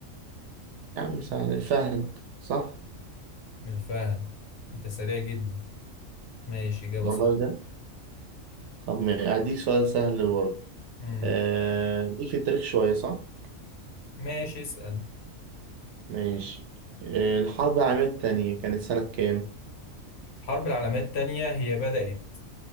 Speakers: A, on the right (about 70°); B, on the left (about 65°).
A: يا عم سهل فهد صح
B: من الفهد انت سريع جدا ماشي اجابه
A: والله
B: صح
A: ده طب ما- هديك سؤال سهل برضه
B: مم.
A: آه ليك في التاريخ شوية صح
B: ماشي اسال
A: ماشي آه الحرب العالمية التانية كانت سنة كام
B: الحرب العالميه الثانيه هي بدات